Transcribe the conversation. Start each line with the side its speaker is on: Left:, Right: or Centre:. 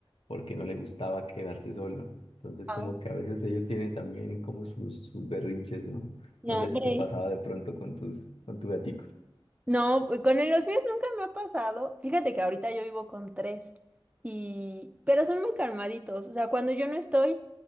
Left: porque no le gustaba quedarse solo. Entonces,
Right: Ah,
Left: como que a veces ellos tienen también como sus, sus berrinches, ¿no?
Right: no,
Left: No sé
Right: hombre.
Left: si te pasaba de pronto con tus, con tu gatico.
Right: No, con el- los míos nunca me ha pasado. Fíjate que ahorita yo vivo con tres y pero son muy calmaditos. O sea, cuando yo no estoy,